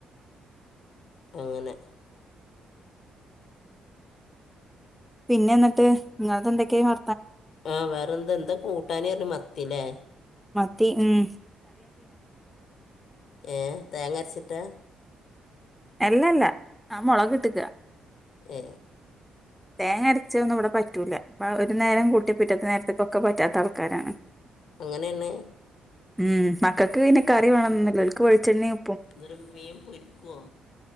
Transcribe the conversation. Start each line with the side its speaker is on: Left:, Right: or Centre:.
Left: അങ്ങനെ
Centre: പിന്നെ ന്നിട്ട് ങ്ങളതെന്തൊക്കെയാ വ
Left: ആ വേറെന്ത ന്താ കൂട്ടാന് പറാഞ്ഞെ മത്തിലേ
Centre: ത്തി മ്മ്
Left: ഏ തേങ്ങരച്ചിട്ടാ?
Centre: അല്ലല്ല ഞാൻ മുളകിട്ടക്ക
Left: ഏ
Centre: തേങ്ങ അരച്ചതൊന്നും ഇവിടെ പറ്റൂല പ്പാ ഒരു നേരം കൂട്ടിപ്പിറ്റത്തെ നേരത്തേക്കൊക്കെ പറ്റാത്ത ആൾക്കാരാണ്
Left: അങ്ങനെ തന്നെ
Centre: ഉം മക്കൾക്ക് പിന്നെ കറി വേണംന്ന്ല്ല ഓൽക്ക് വെൾച്ചെണ്ണീം
Left: ന്നട്ട് മീൻ പൊരിക്കുവോ